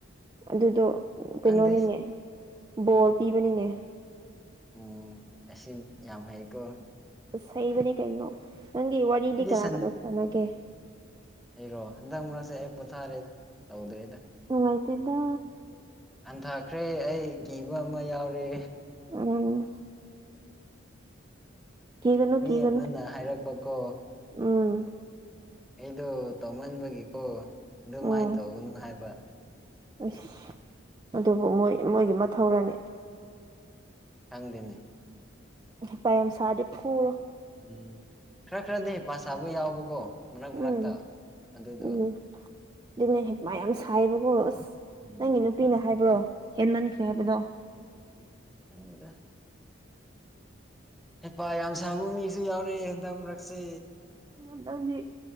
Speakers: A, on the right; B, in the centre.
A: ꯑꯗꯨꯗꯣ ꯀꯩꯅꯣꯅꯤꯅꯦ
B: ꯈꯪꯗꯦ
A: ꯕꯣꯔ ꯄꯤꯕꯅꯤꯅꯦ
B: ꯎꯝ ꯑꯁꯤ ꯌꯥꯝ ꯐꯩꯀꯣ
A: ꯑꯁ ꯍꯩꯕꯅꯦ ꯀꯩꯅꯣ ꯅꯪꯒꯤ ꯋꯥꯔꯤꯗꯤ
B: ꯑꯩꯗꯤ
A: ꯀꯅꯥ
B: ꯁꯟꯗꯦ
A: ꯀꯅꯥ ꯁꯥꯟꯅꯒꯦ
B: ꯑꯩꯔꯣ ꯍꯟꯗꯛ ꯃꯔꯛꯁꯦ ꯑꯩ ꯄꯣꯊꯥꯔꯦꯗ ꯇꯧꯗ꯭ꯔꯦꯗ
A: ꯎꯉꯥꯏꯇꯗ
B: ꯍꯟꯊꯈ꯭ꯔꯦ ꯑꯩ ꯀꯤꯕ ꯑꯃ ꯌꯥꯎꯔꯦ
A: ꯎꯝ ꯀ ꯀ ꯀ
B: ꯃꯤ
A: ꯀ
B: ꯑꯃꯅ ꯍꯥꯏꯔꯛꯄꯀꯣ
A: ꯎꯝ
B: ꯑꯩꯗꯣ ꯇꯧꯃꯟꯕꯒꯤꯀꯣ ꯑꯗꯨꯃꯥꯏꯅ
A: ꯎꯝ
B: ꯇꯧꯒꯅꯨ ꯍꯥꯏꯕ
A: ꯑꯁ ꯑꯗꯨꯕꯨ ꯃꯣꯏ ꯃꯣꯏꯒꯤ ꯃꯊꯧꯔꯅꯤ
B: ꯈꯪꯗꯅꯤ
A: ꯍ ꯄ ꯌꯥꯝ ꯁꯥꯔꯗꯤ ꯐꯨꯔꯣ
B: ꯎꯝ ꯈꯔ ꯈꯔꯗꯤ ꯄꯁꯥꯕꯨ ꯌꯥꯎꯕꯀꯣ ꯃꯔꯛ
A: ꯎꯝ
B: ꯃꯔꯛꯇ ꯑꯗꯨꯗꯣ
A: ꯎꯝ ꯑꯗꯨꯅꯦ ꯃ ꯌꯥꯝ ꯁꯥꯏꯌꯦꯕꯀꯣ ꯑꯁ
B: ꯎꯝ
A: ꯅꯪꯒꯤꯅꯨ ꯄꯤꯅ ꯍꯥꯏꯕ꯭ꯔꯣ ꯍꯦꯟ ꯃꯟꯈ꯭ꯔꯦ ꯍꯥꯏꯕꯗꯣ
B: ꯍꯗ ꯍꯩꯄꯥ ꯌꯥꯝ ꯁꯥꯕ ꯃꯤꯁꯨ ꯌꯥꯎꯔꯦ ꯍꯟꯇꯡ ꯃꯔꯛꯁꯦ
A: ꯃꯊꯪꯗꯤ